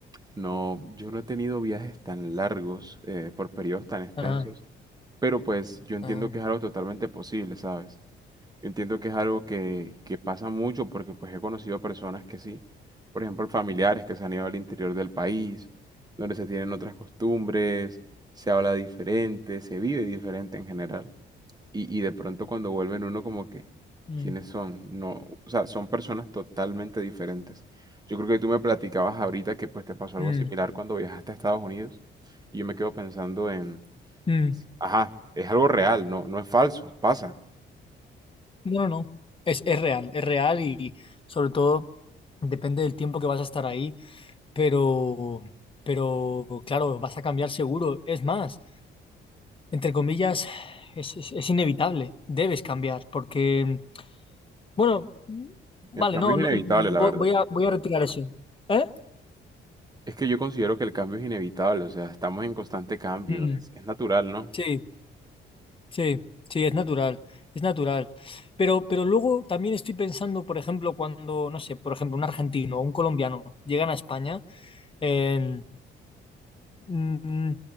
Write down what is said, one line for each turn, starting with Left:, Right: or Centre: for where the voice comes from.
Right: No, yo no he tenido viajes tan largos, eh, por periodos tan extensos,
Left: Ah,
Right: pero pues yo entiendo
Left: ah,
Right: que es algo totalmente posible, ¿sabes? Yo entiendo que es algo que, que pasa mucho porque pues he conocido personas que sí, por ejemplo, familiares que se han ido al interior del país, donde se tienen otras costumbres, se habla diferente, se vive diferente en general. Y, y de pronto cuando vuelven uno como que,
Left: mm,
Right: ¿quiénes son? No, o sea, son personas totalmente diferentes. Yo creo que tú me platicabas ahorita que pues te pasó algo
Left: mm.
Right: similar cuando viajaste a Estados Unidos y yo me quedo pensando en,
Left: Mm,
Right: ajá, es algo real, no, no es falso, pasa.
Left: No, no, no. Es, es real, es real y sobre todo depende del tiempo que vas a estar ahí, pero, pero claro, vas a cambiar seguro. Es más, entre comillas, es, es- es inevitable, debes cambiar, porque, bueno, vale,
Right: El cambio
Left: no,
Right: es
Left: no,
Right: inevitable,
Left: voy,
Right: la verdad.
Left: voy a, voy a retirar eso. ¿Eh?
Right: Es que yo considero que el cambio es inevitable, o sea, estamos en constante cambio,
Left: Mm,
Right: es, es natural, ¿no?
Left: sí, sí, sí, es natural, es natural. Pero, pero luego también estoy pensando, por ejemplo, cuando, no sé, por ejemplo, un argentino o un colombiano llegan a España. en Mm,